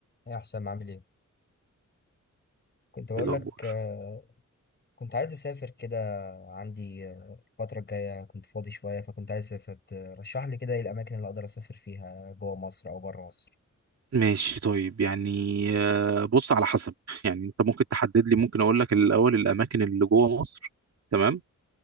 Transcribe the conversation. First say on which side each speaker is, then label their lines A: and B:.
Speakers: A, on the left (about 35°); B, on the right (about 55°).
A: يا حسام عامل ايه كنت بقول
B: ايه الاخبار
A: لك آه، كنت عايز اسافر كده عندي آه، الفتره الجايه كنت فاضي شويه فكنت عايز اسافر ترشح لي كده ايه الاماكن اللي اقدر اسافر فيها جوه مصر او بره مصر
B: ماشي طيب يعني آه، بص على حسب يعني انت ممكن تحدد لي ممكن اقول لك الاول الاماكن اللي جوه مصر تمام